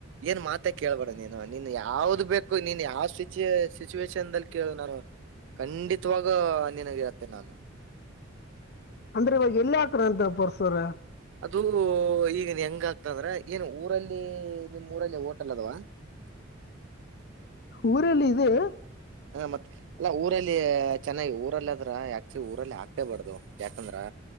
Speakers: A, on the right (about 65°); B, on the left (about 55°).
A: ಏನ್ ಮಾತ ಕೇಳ್ಬಾರು ನೀನು ನಿನ್ ಯಾವ್ದ್ ಬೇಕು ನೀನ್ ಯಾವ್ ಸಿಚ ಸಿಚುವೇೇಶನ್ಲ್ಲಿ ಕೇಳ ನಾನು ಖಂಡಿತವಾಗ ನಿನಗತ್ತೆ ನಾನು
B: ಅಂದ್ರೆ ಇವಾಗ ಎಲ್ಲಿಾಕ್ರ ಅಂತ ಪರ್ಸ್ರ
A: ಅದು ಈಗನ್ ಹೆಂಗ ಆಗ್ತ ಅಂದ್ರ ಏನು ಊರಲ್ಲಿ ನಿಮ್ ಊರಲ್ಲಿ ಓಟಲ್ಲ ಅದವಾ <unintelligible>
B: ಊರಲ್ಲಿ ಇದು
A: ಹ ಮತ್ ಎಲ್ಲ ಊರಲ್ಲಿ ಚೆನ್ನಾಗಿ ಊರಲ್ಲ ಆದ್ರ ಆಕ್ಚುಲಿ ಊರಲ್ಲಿ ಹಾಕೇಬಾರ್ದು ಯಾಕಂದ್ರ